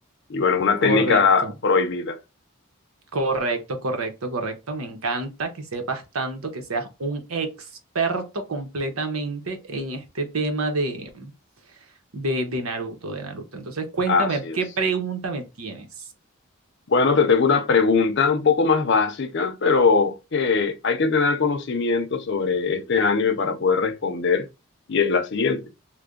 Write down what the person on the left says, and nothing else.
Y bueno, es una
técnica prohibida.
Así
es.
Bueno, te tengo una pregunta un poco más básica, pero que hay que tener conocimiento sobre este anime para poder responder, y es la siguiente.